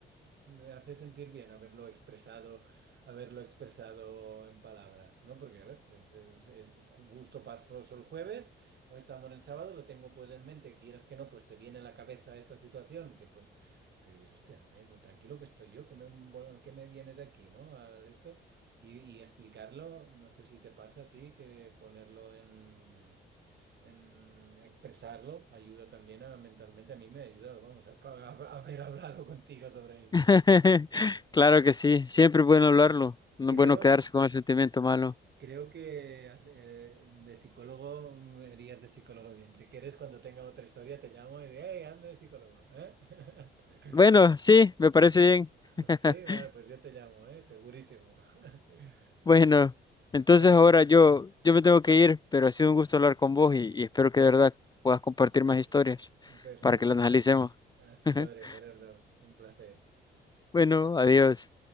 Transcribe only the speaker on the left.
<laughs> claro que sí, siempre es bueno hablarlo, no
es bueno quedarse con el sentimiento malo.
Bueno, sí, me parece
bien. <laughs>
Bueno, entonces
ahora yo, yo me tengo que ir, pero ha sido un gusto hablar con vos y, y espero que de verdad puedas compartir más historias
para que las analicemos.
<laughs>
Bueno, adiós.